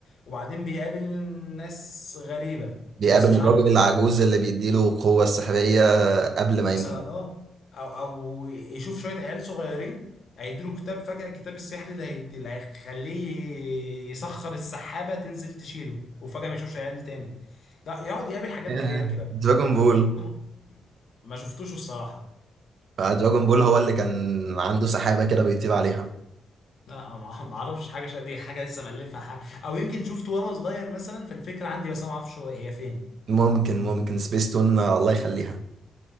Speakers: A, on the left (about 60°); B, on the right (about 65°).
A: وبعدين بيقابل ناس غريبة
B: بيقابل
A: ناس مش
B: الراجل
A: عارف
B: العجوز اللي بيديله القوة السحرية قبل ما
A: مثلا
B: يموت
A: اه أو أو يشوف شوية عيال صغيرين هيديله كتاب فجأة كتاب السحر اللي هيدي اللي هيخليه يسخر السحابة تنزل تشيله وفجأة ما يشوفش عيال تاني لا يقعد يقابل حاجات
B: آه،
A: غريبة كده
B: دراجون بول
A: كنت ما شفتوش الصراحة
B: فدراجون بول هو اللي كان عنده سحابة كده بيطير عليها
A: لا ما <laughs> ما اعرفش حاجة شا... دي حاجة لسه مألفها حاجة او يمكن شفته وانا صغير مثلا فالفكرة عندي بس انا ما اعرفش هو هي فين
B: ممكن ممكن سبيس تون الله يخليها